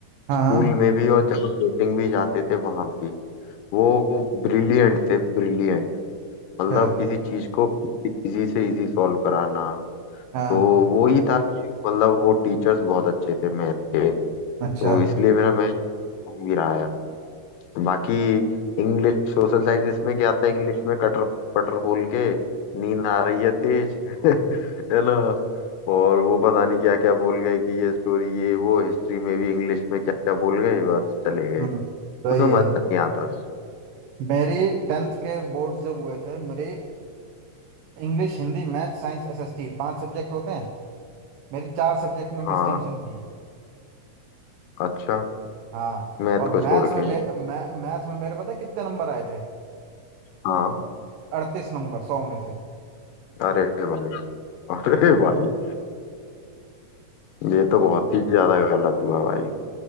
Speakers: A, on the right (about 80°); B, on the left (about 80°).
A: हाँ
B: स्कूल में भी और जहाँ कोचिंग भी जाते थे वहां भी वो ब्रिलियंट थे ब्रिलियंट
A: अच्छा
B: मतलब किसी चीज को इजी से इजी सॉल्व कराना
A: हाँ
B: तो वो ही था कि मतलब वो टीचर्स बहुत अच्छे थे मैथ के तो
A: अच्छा
B: इसलिए मेरा मैथ भी रहा है बाकी इंग्लिश सोशल साइंस इसमें क्या था इंग्लिश में कटर पटर बोल के नींद आ रही है तेज <laughs> है ना और वो पता नहीं क्या क्या बोल गए कि ये स्टोरी ये वो हिस्ट्री में भी इंग्लिश में क्या क्या बोल गए बस चले गए
A: हम्म, सही
B: उसमें मजा
A: है
B: नहीं आता
A: मेरी टेंथ के बोर्ड जब हुए थे मेरी English Hindi math science SST पांच सब्जेक्ट होते हैं मेरी चार सब्जेक्ट में
B: हाँ
A: डिस्टिंक्शन थी
B: अच्छा
A: हाँ
B: मैथ
A: और मैथ्स
B: को छोड़
A: में
B: के
A: मेरे मैं मैथ में मेरे पता है कितने नंबर आए थे
B: हाँ
A: अड़तीस नंबर सौ में से
B: अरे भाई
A: हम्म।
B: अरे भाई ये तो बहुत ही ज्यादा गलत हुआ भाई